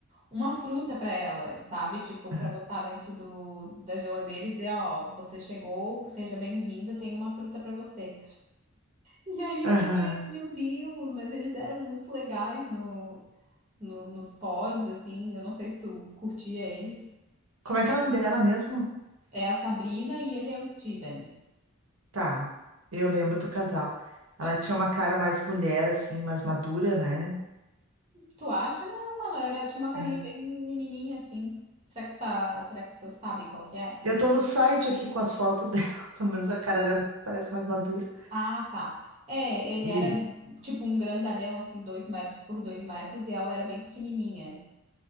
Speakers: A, on the right (about 30°); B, on the right (about 80°).
A: uma fruta para ela, sabe? Tipo,
B: aham.
A: para botar dentro do, da geladeira e dizer, ó, você chegou, seja bem-vinda, tem uma fruta para você. E aí eu
B: aham.
A: fiquei assim, meu Deus, mas eles eram muito legais no, no, nos pods, assim, eu não sei se tu curtia eles.
B: Como é que é o nome dela mesmo?
A: É a Sabrina e ele é o Steven.
B: Tá, eu lembro do casal. Ela tinha uma cara mais mulher, assim, mais madura, né?
A: Tu acha? Não, ela era, tinha uma carinha
B: É.
A: bem menininha assim. Será que tu tá, será que tu sabe qual que é?
B: Eu tô no site aqui com as fotos dela, <laughs> pelo menos a cara dela parece mais madura.
A: Ah, tá. É, ele
B: E,
A: era tipo um grandalhão assim, dois metros por dois metros e ela era bem pequenininha.